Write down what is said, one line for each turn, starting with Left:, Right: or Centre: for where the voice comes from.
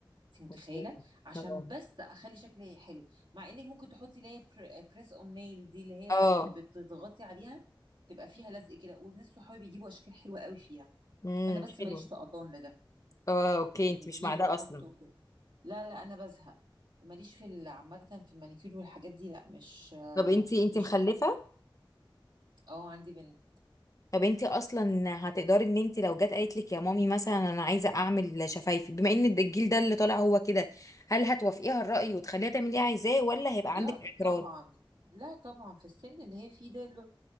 Right: انت متخيله
Left: اوكي
Right: عشان
Left: اه
Right: بس اخلي شكلي حلو مع انك ممكن تحطي اللي هي بريس اون نيل دي اللي هي
Left: اه
Right: بت- بتضغطي عليها تبقى فيها لزق كده وناس صحابي بيجيبوا اشكال حلوه قوي فيها
Left: امم
Right: انا بس
Left: حلو
Right: ماليش طقطان لده
Left: اه اوكي
Right: اني
Left: انتي مش
Right: اجيب
Left: مع ده
Right: واحطه
Left: اصلا
Right: كده لا لا انا بزهق ماليش في ال- عامه في المانيكير والحاجات دي لا مش آه،
Left: طب انتي انتي
Right: مش
Left: مخلفة
Right: اه عندي بنت
Left: طب انتي اصلا هتقدري ان انتي لو جت قالت لك يا مامي مثلا انا عايزة اعمل شفايفي بما ان الجيل ده اللي طالع هو كده هل هتوافقيها الرأي وتخليها تعمل اللي هي عايزاه ولا هيبقى
Right: لا
Left: عندك اعتراض
Right: طبعا لا طبعا في السن اللي هي فيه ده